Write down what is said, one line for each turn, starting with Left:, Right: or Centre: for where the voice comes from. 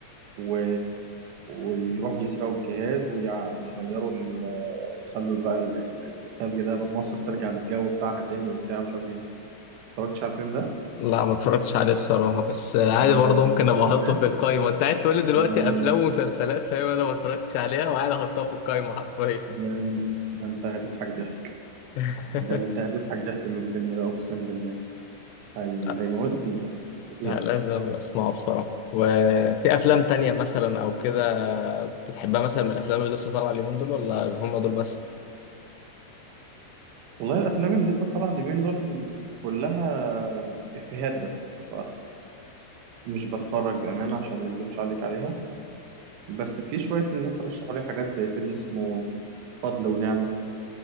Right: و... ويروحوا يسرقوا الجهاز ويع... ويغيروا ال... يخلوا بقى ال... ال- التلج ده من مصر ترجع للجو بتاعها تاني وبتاع مش عارف ايه اتفرجتش على الفيلم ده؟
Left: لا ما اتفرجتش عليه بصراحة بس عادي
Right: ده
Left: برضه
Right: الفيلم
Left: ممكن ابقى احطه
Right: ده
Left: في القايمة انت قاعد تقول لي دلوقتي
Right: لا لا
Left: افلام
Right: لا
Left: ومسلسلات فاهم انا ما اتفرجتش عليها وقاعد احطها في القايمة حرفيا
Right: ده ده انت هتضحك ضحك
Left: <laughs>
Right: ده انت هتضحك ضحك من الفيلم ده اقسم بالله هي...
Left: لا
Right: هيموتك من الضحك فظيع
Left: لا لازم اسمعه بصراحة وفي افلام تانية مثلا او كده بتحبها مثلا من الافلام اللي لسه طالعة اليومين دول ولا هم دول بس
Right: والله الافلام اللي لسه طالعه اليومين دول كلها افيهات بس مش بتفرج بأمانة عشان ما اكدبش عليك عليها بس في شوية الناس رشحوا لي حاجات زي فيلم اسمه فضل ونعمة